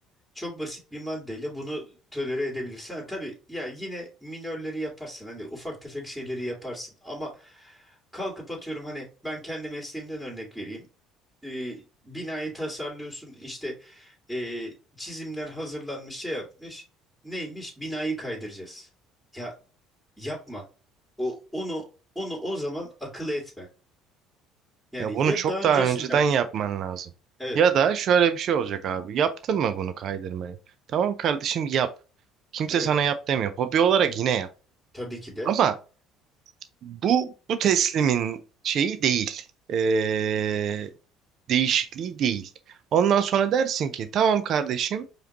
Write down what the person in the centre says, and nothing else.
çok basit bir maddeyle bunu tolere edebilirsin. Ha, tabii ya yine minörleri yaparsın. Hani ufak tefek şeyleri yaparsın. Ama kalkıp atıyorum hani ben kendi mesleğimden örnek vereyim. E, binayı tasarlıyorsun işte e, çizimler hazırlanmış şey yapmış. Neymiş? Binayı kaydıracağız. Ya yapma. O onu onu o zaman akıl etme. Yani
Ya
daha öncesinden
evet
evet
tabii ki de